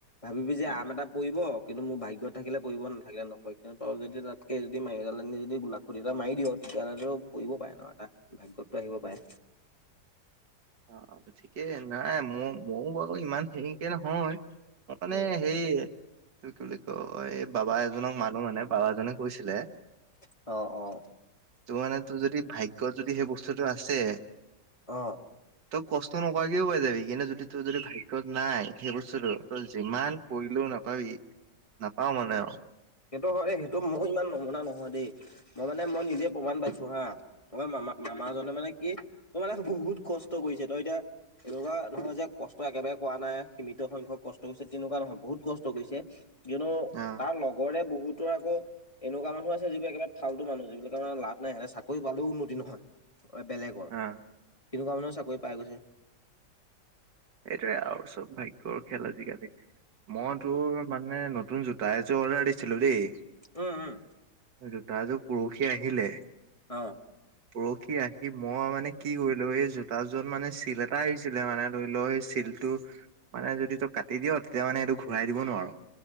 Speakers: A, on the left (about 20°); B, on the right (about 80°).
A: ভাবিবি যে
B: এ
A: আম এটা পৰিব কিন্তু মোৰ ভাগ্যত থাকিলে পৰিব নাথাকিলে নকয় কিন্তু তই যদি ত তকে যদি মাৰিডালনি যদি লাখুটি এটা মাৰি দিয়, তেতিয়াহলেটো পৰিব পাৰে ন এটা। ভাগ্যতটো আহিব পাৰে।
B: অ, ঠিকেই নাই মই ময়ো বাৰু ইমান হেৰিকে নহয়। মানে
A: উম।
B: সেই এইটো কি বুলি কয় এই বাবা এজনক মানুহ মানে বাবা এজনে কৈছিলে।
A: অ, অ,
B: তোৰ মানে তোৰ যদি ভাগ্যত যদি সেই বস্তুতটো আছে,
A: অ,
B: তই কষ্ট নকৰাকেও পাই যাবি কিন্তু যদি তোৰ যদি ভাগ্যত নাই, সেই বস্তুতটো তই যিমান কৰিলোও নাপাবি নাপাও মানে আৰু।
A: সেইটো হয় দেই সেইটো মোৰ ইমান নমুনা নহয় দেই, মই মানে মই নিজে প্ৰমাণ পাইছো হা। তই মামা-মামাজনে মানে কি তই মানে বহুত কষ্ট কৰিছে তই এতিয়া, এনেকুৱা নহয় যে, কষ্ট একেবাৰে কৰা নাই সীমিত সংখ্যক কষ্ট কৰিছে তেনেকুৱা নহয়, বহুত কষ্ট কৰিছে। কিয়নো
B: অ',
A: তাৰ লগৰে বহুতো আকৌ এনেকুৱা মানুহ আছে যিবিলাক একেবাৰে ফাল্টু মানুহ যিবিলাক মানে লাভ নাই চাকৰি পালেও উন্নতি নহয়। বেলেগৰ,
B: অ',
A: তেনেকুৱা মানুহ চাকৰি পাই গৈছে।
B: সেইটোৱে আৰু চব ভাগ্যৰ খেল আজিকালি। মই তোৰ মানে নতুন জোতা এযোৰ অৰ্ডাৰ দিছিলো দেই,
A: উম, উম,
B: জোতা যুৰ পাৰখি আহিলে।
A: অ,
B: পৰখি আহি মই মানে কি কৰিলো, এই জোতা যোত মানে চিল এটা আহিছিলে মানে ধৰি লৈ চিলটো মানে যদি তোক কাটি দিয় তেতিয়া মানে এইটো ঘূৰাই দিব নোৱাৰো।